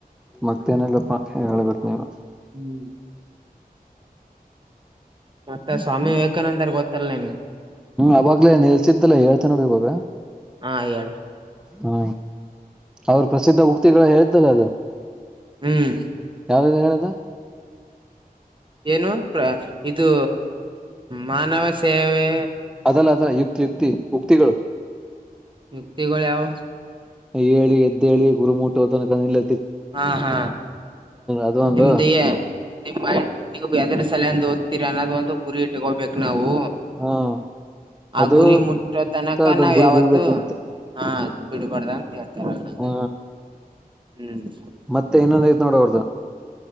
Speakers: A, in the centre; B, on the right.
A: ಮತ್ತೇನಿಲ್ಲಪ್ಪಾ ಹೇಳ್ಬೇಕ ನೀವು.
B: ಹ್ಮ್. ಮತ್ತ
A: ಹ್ಮ್
B: ಸ್ವಾಮಿ ವಿವೇಕಾನಂದರ್ ಗೊತ್ತಲ್ಲ ನಿನ್ಗೆ
A: ಅವಾಗ್ಲೇ ನಿಲ್ಸಿದ್ದಲ್ಲ ಹೇಳ್ತೇ ನೋಡ ಇವಾಗ.
B: ಹಾ ಹೇಳ
A: ಹಾ ಅವ್ರ ಪ್ರಸಿದ್ಧ ಉಕ್ತಿಗಳು ಹೇಳ್ತಲ್ಲ ಅದು.
B: ಹ್ಮ್.
A: ಯಾವ್ದದು ಹೇಳದ.
B: ಏನು ಪ್ರ ಇದು ಮಾನವ ಸೇವೆ.
A: ಅಲ್ಲ ಅದಲ್ಲ ಯುಕ್ತಿ ಯುಕ್ತಿ ಉಕ್ತಿಗಳು.
B: ಮುಕ್ತಿಗಳು ಯಾವು.
A: ಹೇಳಿ ಎದ್ದೇಳಿ ಗುರಿ ಮಟ್ಟುವ ತನಕ ನಿಲ್.
B: ಹಾ ಹಾ
A: ಅದು ಒಂದು
B: ನಿಮ್ದೇಹ ನಿಮ್ ಮೈಂಡ್. ನೀವು ಯಾದರ ಸಲೆಯಂದ ಓದ್ತೀರಿ ಅನ್ನೋದ ಒಂದು ಗುರಿ ಇಟ್ಟಕೊಬೇಕು ನಾವು.
A: ಹಾ
B: ಆ
A: ಅದು
B: ಗುರಿ ಮುಟ್ಟೋ ತನಕ
A: ಅದನ್
B: ನಾವ್
A: ಗುರಿ
B: ಯಾವತ್ತುೂ
A: ಬೀಳ್ಬೇಕ್ರಿ ಅಂತ
B: ಹ ಬಿಡ್ಬಾರ್ದ ಅಂತ ಹೇಳ್ತರ.
A: ಹ
B: <inaudible> ಹ್ಮ್.
A: ಮತ್ತೆ ಇನ್ನೊಂದ್ ಐತ್ ನೋಡ ಅವರ್ದ.